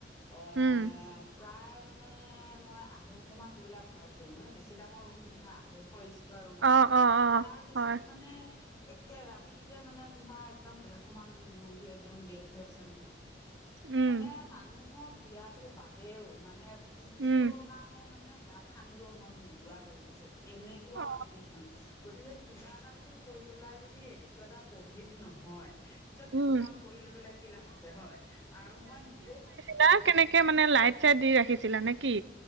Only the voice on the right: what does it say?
উম
অ অ অ
হয়
উম
উম
অ
উম
চা কেনেকে মানে লাইট চাইট দি ৰাখিছিলা নেকি?